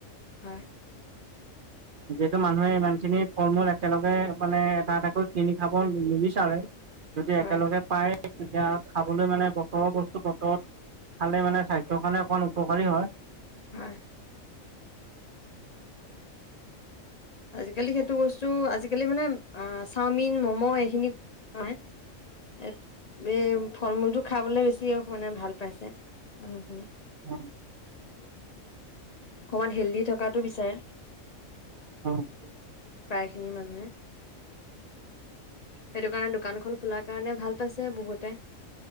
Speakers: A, on the left; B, on the right.
A: হয়।
B: যিহেতু মানুহে ইমানখিনি ফল মূল একেলগে মানে এটা এটাকৈ কিনি খাব নিবিচাৰে। যদি
A: হয়,
B: একেলগে পায় তেতিয়া খাবলৈ মানে বতৰৰ বস্তু বতৰত খালে মানে স্বাস্থ্যৰ কাৰণে অকমান উপকাৰী হয়।
A: হয়। আজিকালি সেইটো বস্তু আজিকালি মানে আ চাওমিন মম' এইখিনি, নাই এত এই ফল মূলটো খাবলে বেছি মানে ভাল পাইছে মানুহখিনিয়ে
B: অঁ।
A: অকমান হেল্ডি থকাটো বিছাৰে।
B: অ অ
A: প্ৰায়খিনি মানুহে সেইটো কাৰণে দোকানখন খোলাৰ কাৰণে ভাল পাইছে বহুতে।